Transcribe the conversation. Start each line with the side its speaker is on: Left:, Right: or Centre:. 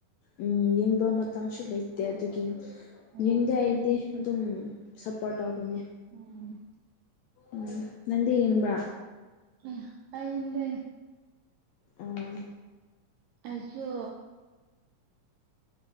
Left: ꯎꯝ ꯌꯦꯡꯕ ꯃꯇꯝꯁꯨ ꯂꯩꯇꯦ ꯑꯗꯨꯒꯤ
Right: ꯑꯣ
Left: ꯌꯦꯡꯗꯦ ꯑꯩꯗꯤ ꯑꯗꯨꯝ ꯁꯞꯄꯣꯔꯠ ꯇꯧꯕꯅꯤ
Right: ꯎꯝ
Left: ꯎꯝ ꯅꯗꯤ ꯌꯦꯡꯕ꯭ꯔꯥ
Right: ꯑ ꯀ ꯏ ꯂꯩꯦ
Left: ꯑꯥ
Right: ꯑꯩꯁꯨ